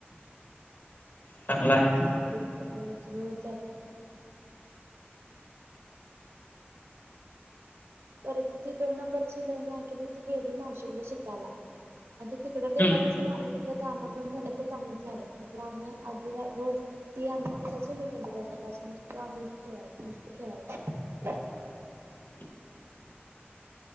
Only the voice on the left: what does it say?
चांगला
आहे
हम्म
<inaudible>